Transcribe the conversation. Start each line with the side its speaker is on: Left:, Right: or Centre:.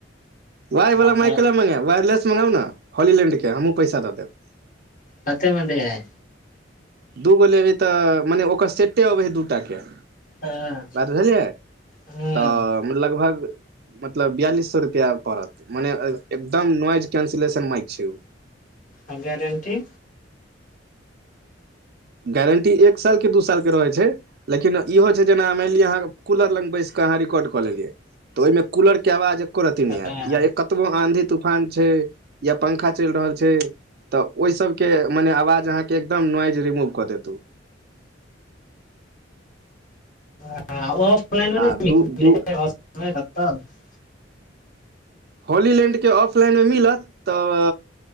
Right: वायर वला
Left: ओकरा
Right: माइक ल मंगाएब वायरेस मंगाउ नऽ होलीलैड के हमहू पैसा दऽ देब
Left: कते म दैय हई
Right: दू गो लेबै तऽ मने ओकर सेटे अबै हइ दूटा के
Left: हँ
Right: बात बुझलियै
Left: हूँ
Right: तऽ लगभग मतलब बियालिस सए रुपआ पड़त मने एकदम नोइज कैंसिलेशन माइक छै
Left: आ गारंटी
Right: गारन्टी एक साल कि दू सालके रहै छै लेकिन इहो छै जेना मायन लिअ अहाँ कूलर लग बैस कऽ अहाँ रिकॉर्ड कऽ लेलियै तऽ ओहिमे कूलर के आवाज एको रती नहि आयत
Left: हँ
Right: या कतबो आँधि तूफान छै या पंखा चयल रहल छै त ओहि सब के मने आवज आहाँ की एकदम नोवाज रिमूव क देते उ
Left: <unintelligible>
Right: आ दू दू होली लैंडके ऑफलाइनमे मिलत तऽ